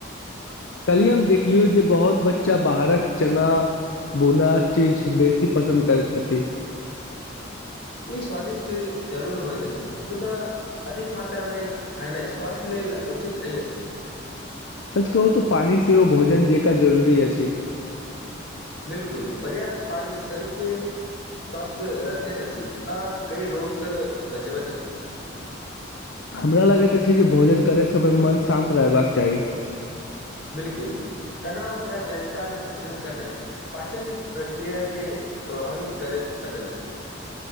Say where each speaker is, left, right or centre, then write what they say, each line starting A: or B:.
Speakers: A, on the left; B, on the left.
A: कहलियी हम देखलियौ जे बहुत बच्चा बाहरक चना। <unintelligible> भूना चीज बेसी पसन्द करै छथिन। <unintelligible>
B: ई स्वादिष्ट जरूर होइत अछि मुदाऽ अधिक मात्रामे खेनाइ स्वास्थ्य लेल उचित नहि अछि। <unintelligible>
A: सच कहू तऽ पानि सेहो भोजन जेका जरूरी अछि। <unintelligible>
B: बिलकुल पर्याप्त पानि शरीरके स्वस्थ रखैत अछि आ कई रोगसँ बचबैत अछी। <unintelligible>
A: हमरा लगैत अछि जे भोजन करय समय मन शान्त रहबाक चाही। <unintelligible>
B: बिलकुल तनाव य च। <unintelligible> काम मे भोजन करनाइ पाचन प्रक्रिया के प्रभावित कर सकैत अछि। <unintelligible>